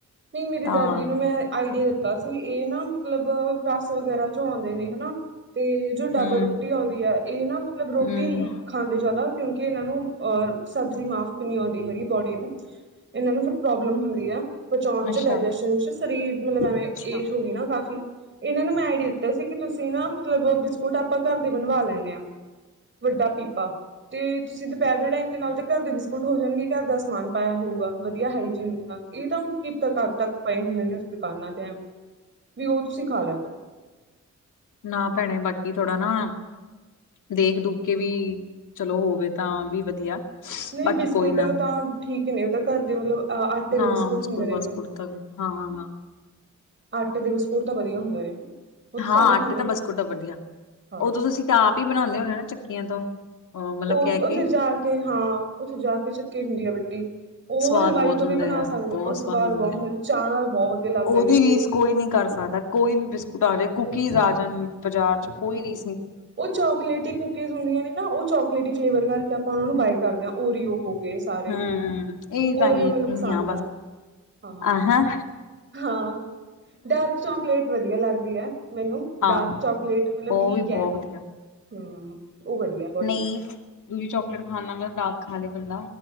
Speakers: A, on the right; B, on the left.
A: ਨਹੀਂ ਮੇਰੀ
B: ਤਾਂ
A: ਦਾਦੀ ਨੂੰ ਮੈਂ ਆਈਡੀਆ ਦਿੱਤਾ ਸੀ ਇਹ ਨਾ ਮਤਲਬ ਰਸ ਵਗੈਰਾ ਚੋਂ ਆਉਂਦੇ ਨੇ ਹਨਾ ਤੇ ਜੋ ਡਢਾਬਾ
B: ਹਮ
A: ਰੋਟੀ ਆਉਂਦੀ ਹੈ ਇਹ ਨਾ ਮਤਲਬ ਰੋਟੀ
B: ਹਮ
A: ਨੀ ਖਾਂਦੇ ਜ਼ਿਆਦਾ ਕਿਉਂਕਿ ਇਹਨਾਂ ਨੂੰ ਅ ਸਬਜ਼ੀ ਮਾਫ਼ ਨਹੀਂ ਆਉਂਦੀ ਹੈਗੀ ਬੋਡੀ ਨੂੰ ਇਹਨਾਂ ਨੂੰ ਫਿਰ ਪ੍ਰੋਬਲਮ ਹੁੰਦੀ ਆ ਬਚਾਉਣ
B: ਅੱਛਾ
A: ਚ ਡਾਇਜੈ ਚ ਸਰੀਰ ਮਤਲਬ ਐਵੇਂ
B: ਅੱਛਾ
A: ਏਜ ਹੋ ਗਈ ਨਾ ਕਾਫੀ ਇਹਨਾਂ ਨੂੰ ਮੈਂ ਆਈਡੀਆ ਦਿੱਤਾ ਸੀ ਕਿ ਤੁਸੀਂ ਨਾ ਮਤਲਬ ਬਿਸਕੁਟ ਆਪਾਂ ਘਰ ਦੇ ਬਣਵਾ ਲੈਂਦੇ ਆ ਵੱਡਾ ਪੀਪਾ ਤੇ ਤੁਸੀਂ ਦੁਪਹਿਰ ਦੇ ਟਾਈਮ ਦੇ ਨਾਲ ਤੇ ਘਰ ਦੇ ਬਿਸਕੁਟ ਹੋ ਜਾਣਗੇ ਘਰ ਦਾ ਸਮਾਨ ਪਾਇਆ ਹੋ ਵਧੀਆ ਹਾਈਜੀਨਿਕ ਇਹ ਤਾਂ ਕੀਤਾ ਘਦ ਤੱਕ ਪਏ ਹੁੰਦੇ ਨੇ ਅਸੀਂ ਦੁਕਾਨਾਂ ਤੇ ਐਵੇਂ ਵੀ ਉਹ ਤੁਸੀਂ ਖਾ ਲਿਆ ਕਰੋ
B: ਨਾ ਭੈਣੇ ਬਾਕੀ ਥੋੜਾ ਨਾ। ਦੇਖ ਦੁਖ ਕੇ ਵੀ ਚਲੋ ਹੋਵੇ ਤਾਂ ਵੀ ਵਧੀਆ।
A: ਨਹੀਂ
B: ਬਾਕੀ
A: ਬਿਸਕੁਟ
B: ਕੋਈ ਨਾ
A: ਤਾਂ ਠੀਕ ਨੇ ਉਹ ਤਾਂ ਘਰ ਦੇ। ਅ ਆਟੇ
B: ਨਾ
A: ਦੇ ਬਿਸਕੁਟ ਹੁੰਦੇ ਨੇ
B: ਬਾਸਕੁਟ
A: ਜੋ
B: ਤਾਂ ਹਾਂ ਹਾਂ ਹਾਂ
A: ਆਟੇ ਦੇ ਬਿਸਕੁਟ। ਉਹ ਤਾਂ ਵਧੀਆ ਹੁੰਦਾ ਨੇ। ਉਹ
B: ਹਾਂ
A: ਤਾਂ ਸਾਰੇ
B: ਆਟੇ
A: ਖਾਂਦੇ
B: ਦਾ
A: ਨੇ
B: ਬਿਸਕੁਟ ਆ ਵਧੀਆ
A: ਹਾਂ
B: ਉਦੋਂ ਅਸੀਂ ਆਪ ਹੀ ਬਣਾਉਂਦੇ ਹੁੰਦੇ ਨਾ ਚੱਕੀਆਂ ਤੋਂ। ਅ ਮਤਲਬ
A: ਉਹ
B: ਕਹਿ ਕੇ
A: ਉੱਥੇ ਜਾ ਕੇ ਹਾਂ ਉੱਥੇ ਜਾ ਕੇ ਚੱਕੀ ਹੁੰਦੀ ਆ ਵੱਡੀ ਉਹ
B: ਸਵਾਦ
A: ਹਲਵਾਈ
B: ਬਹੁਤ
A: ਤੋਂ
B: ਹੁੰਦੇ
A: ਵੀ ਬਣਾ
B: ਯਾਰ
A: ਸਕਦੇ
B: ਬਹੁਤ
A: ਉਹ ਸਵਾਦ
B: ਹੁੰਦੇ
A: ਬਹੁਤ ਹੁੰਦਾ
B: ਆ
A: ਨੇ ਚਾਅ ਨਾਲ ਬਹੁਤ ਵਧੀਆ ਲੱਗਦੇ
B: ਉਹਦੀ
A: ਨੇ
B: ਰੀਸ
A: ਤੇ
B: ਕੋਈ ਨੀ ਕਰ ਸਕਦਾ ਕੋਈ ਵੀ ਬਿਸਕੁਟ ਆ ਜਾਏ ਕੂਕੀਜ਼ ਆ ਜਾਣ ਬਾਜ਼ਾਰ ਚ ਕੋਈ ਨੀ
A: ਉਹ ਚੋਕਲੇਟ ਕੁਕੀਜ਼ ਹੁੰਦੀਆਂ ਨੇ ਨਾ ਉਹ ਚੋਕਲੇਟੀ ਫਲੇਵਰ ਕਰਕੇ ਆਪਾਂ ਉਹ ਨੂੰ ਬਏ ਕਰਦੇ ਹਾਂ ਓਰੀਓ ਹੋ ਗਏ ਸਾਰੇ
B: ਹੂੰ ਇਹ ਤਾਂ
A: ਓਰੀਓ
B: ਆਹੀ
A: ਮੈਨੂੰ
B: ਇਨੀਆ
A: ਪਸੰਦ ਆ ਹਾਂ
B: ਆ ਹ
A: ਹਾਂ ਡਾਰਕ ਚਾਕਲੇਟ ਵਧੀਆ ਲੱਗਦੀ ਹੈ ਮੈਨੂੰ
B: ਹਾਂ
A: ਡਾਰਕ ਚਾਕਲੇਟ ਮਤਲਬ
B: ਉਹ
A: ਠੀਕ
B: ਵੀ ਬਹੁਤ
A: ਹੈ ਹੂੰ
B: ਵਧੀਆ
A: ਉਹ ਵਧੀਆ ਤੁਹਾਡੀ
B: ਨਹੀਂ
A: ਬੋਡੀ ਈ
B: ਦੂਜੀ ਚੋਕਲੇਟ ਖਾਣ ਨਾਲ ਦਾਲ ਖਾ ਲਏ ਬੰਦਾ